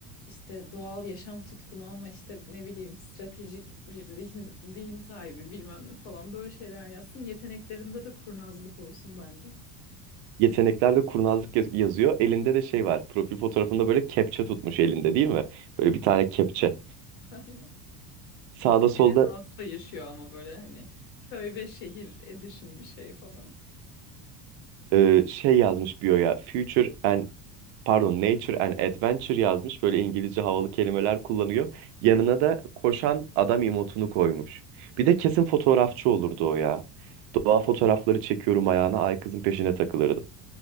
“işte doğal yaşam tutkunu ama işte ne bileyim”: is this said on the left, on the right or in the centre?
Left